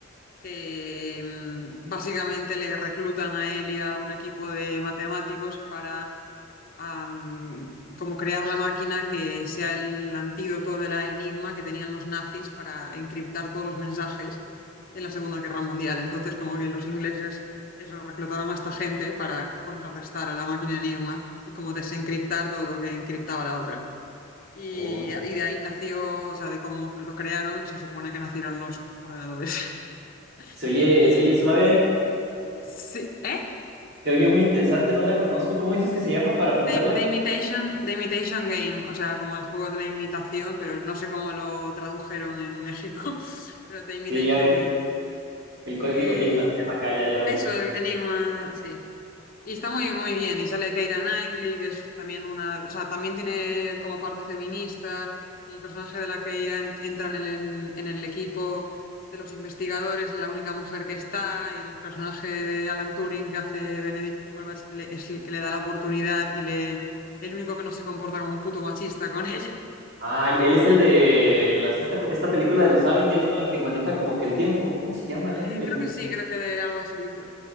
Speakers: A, on the left; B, on the right.
A: que mm, básicamente le reclutan a él y a un equipo de matemáticos para a, mm, como crear la máquina que sea el antídoto de la enigma que tenían los nazis para encriptar todos los mensajes en la Segunda Guerra Mundial. Entonces, como que los ingleses eso, reclutaron a esta gente para contrarrestar a la máquina enigma y como desencriptar todo lo que encriptaba la otra. Y,
B: Oh,
A: y de ahí nació, o sea, de cómo lo crearon, se supone que nacieron los ordenadores.
B: se
A: <laughs>
B: oye,
A: Y
B: se oye suave,
A: sí, ¿eh?
B: se oye muy interesante, no la conozco. ¿Cómo dices que se llama para apuntarla?
A: The, The Imitation, The Imitation Game, o sea, como el juego de la imitación, pero no sé cómo lo tradujeron en México, <laughs> pero The Imitation
B: Sí, ya ves,
A: Game.
B: el código
A: Y
B: Enigma se llama acá, ya, ya la
A: eso,
B: busqué.
A: el Enigma, sí. Y está muy, muy bien. Y sale Keira Knightley, que es también una, o sea, también tiene como parte feminista. El personaje de la Keira en- entra en el, en, en el equipo de los investigadores, es la única mujer que está. Y el personaje de Alan Turing que hace Benedict Cumberbatch le- es el que le da la oportunidad y le, el único que no se comporta como un puto machista con <laughs> ella.
B: Ah, y él es el de las, esta, esta película de los Avengers, ¿no? El que maneja como que el tiempo. ¿Cómo se llama él?
A: Eh,
B: En-
A: creo que sí, creo que de algo así hizo.